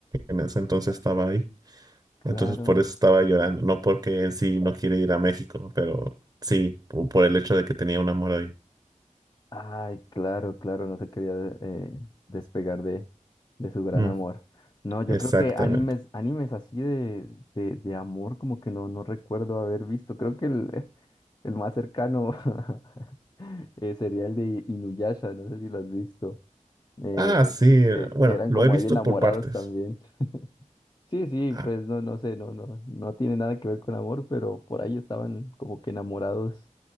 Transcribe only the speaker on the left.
Claro,
ay, claro, claro, no se quería eh, despegar de, de su gran
amor. No, yo
creo que animes, animes así de, de, de amor como que no, no recuerdo haber visto. Creo que el, eh, el más cercano <laughs> eh, sería el de Inuyasha, no sé si lo has visto. eh,
que,
que eran
como
ahí enamorados
también. Sí, sí,
pues no, no sé, no, no, no tiene nada que ver con amor, pero por ahí estaban como que enamorados